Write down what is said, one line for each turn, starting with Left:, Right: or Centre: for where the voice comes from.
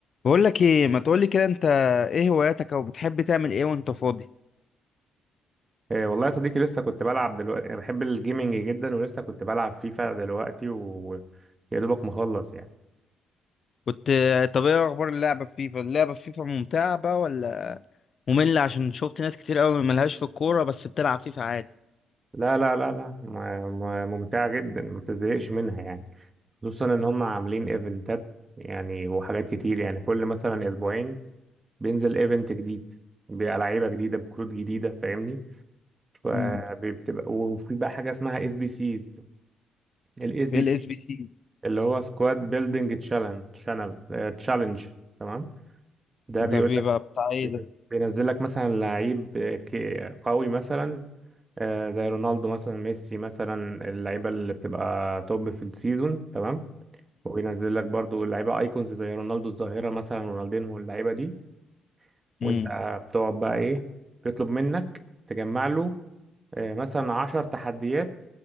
Left: بقول لك ايه ما تقول لي كده انت ايه هواياتك او بتحب تعمل ايه وانت فاضي
Right: إيه والله يا صديقي لسه كنت بلعب دلوقتي انا بحب الجيمنج جدا ولسه كنت بلعب فيفا دلوقتي ويا دوبك مخلص يعني
Left: كنت طب ايه اخبار اللعبه في فيفا اللعبه في فيفا ممتعه بقى ولا ممله عشان شفت ناس كتير قوي ملهاش في الكوره بس بتلعب فيفا عادي
Right: لا لا لا لا م- م- ممتعة جدا ما بتزهقش منها يعني خصوصا ان هم عاملين ايفنتات يعني وحاجات كتير يعني كل مثلا اسبوعين بينزل ايفنت جديد بلعيبة جديدة بكروت جديده فاهمني فبتبقى
Left: مم.
Right: وفي بقى حاجة اسمها اس بي سيز الاس بي
Left: ايه الاس
Right: سي
Left: بي سي
Right: اللي هو سكواد بيلدينج تشالنج تشانل تشالنج تمام ده
Left: ده
Right: بيقول
Left: بيبقى
Right: لك
Left: بتاع ايه ده
Right: بينزل لك مثلا لعيب ك- قوي مثلا آه، زي رونالدو مثلا ميسي مثلا اللعيبه اللي بتبقى توب في السيزون تمام وبينزل لك برضو لعيبه ايكونز زي رونالدو الظاهره مثلا رونالدينهو اللعيبه دي وانت
Left: امم
Right: بتقعد بقى ايه بيطلب منك تجمع له آه، مثلا 10 تحديات